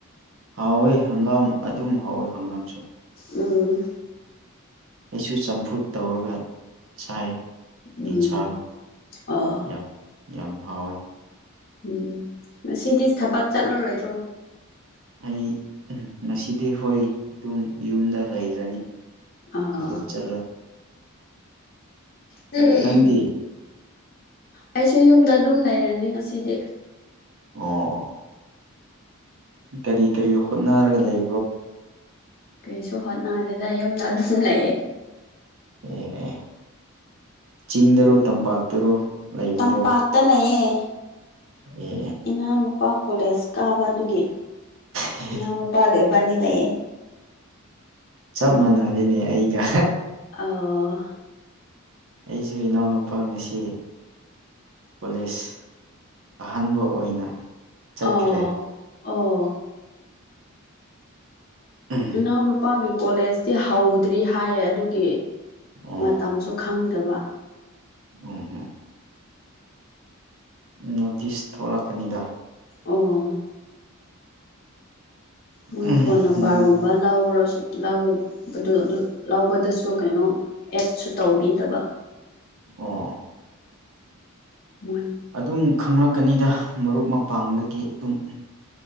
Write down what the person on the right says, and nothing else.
ꯍꯥꯎꯋꯦ ꯍꯪꯒꯥꯝ ꯑꯗꯨꯝ ꯍꯥꯎꯋꯦ ꯍꯪꯒꯥꯝꯁꯨ
ꯑꯩꯁꯨ ꯆꯝꯐꯨꯠ ꯇꯧꯔꯒ ꯆꯥꯏ
ꯌꯦꯟꯁꯥꯒ
ꯌꯥꯝ ꯌꯥꯝ ꯍꯥꯎꯋꯦ
ꯑꯩ ꯉꯁꯤꯗꯤ ꯍꯣꯏ ꯑꯗꯨꯝ ꯌꯨꯝꯗ ꯂꯩꯔꯅꯤ
ꯊꯕꯛ ꯆꯠꯂ
ꯅꯪꯗꯤ
ꯑꯣ ꯀꯔꯤ ꯀꯔꯤ ꯍꯣꯠꯅꯔꯒ ꯂꯩ
ꯑꯦ ꯆꯤꯡꯗꯔꯣ ꯇꯝꯄꯥꯛꯇꯔꯣ ꯂꯩꯕꯗꯣ
ꯑꯦ
ꯑꯦ
ꯆꯞ ꯃꯥꯟꯅꯔꯤꯅꯦ ꯑꯩꯒ
ꯑꯩꯁꯨ ꯏꯅꯥꯎꯅꯨꯄꯥ ꯉꯁꯤ ꯀꯣꯂꯦꯖ ꯑꯍꯥꯟꯕ ꯑꯣꯏꯅ ꯆꯠꯈ꯭ꯔꯦ
ꯎꯝ
ꯑꯣ
ꯎꯝ ꯍꯝ ꯅꯣꯇꯤꯁ ꯊꯣꯛꯂꯛꯀꯅꯤꯗ
ꯎꯝ
ꯅꯪ
ꯑꯣ
ꯑꯗꯨꯝ ꯈꯪꯂꯛꯀꯅꯤꯗ ꯃꯔꯨꯞ ꯃꯄꯥꯡꯗꯒꯤ ꯑꯗꯨꯝ